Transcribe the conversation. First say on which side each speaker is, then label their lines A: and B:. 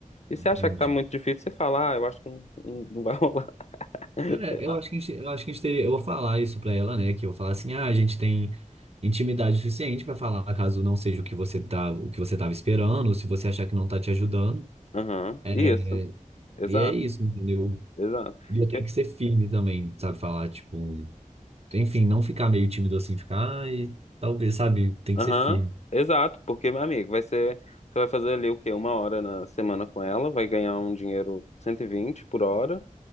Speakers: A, on the left; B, on the right.
A: E se
B: entendi.
A: achar que tá muito difícil, você fala, ah, eu acho que não, não- não vai rolar, <laughs>
B: É,
A: sei lá.
B: eu acho que a gente, eu acho que a gente teria, eu vou falar isso pra ela, né? Que eu vou falar assim, ah, a gente tem intimidade suficiente pra falar caso não seja o que você tá, o que você tava esperando, ou se você achar que não tá te ajudando.
A: Aham,
B: É,
A: Isso, exato,
B: E é isso, entendeu?
A: exato.
B: E eu tenho
A: Eu-
B: que ser firme também, sabe? Falar, tipo, enfim, não ficar meio tímido assim, ficar, ai, talvez, sabe? Tem
A: Aham,
B: que ser firme.
A: Exato, porque, meu amigo, vai ser, você vai fazer ali o quê? Uma hora na semana com ela, vai ganhar um dinheiro 120 por hora,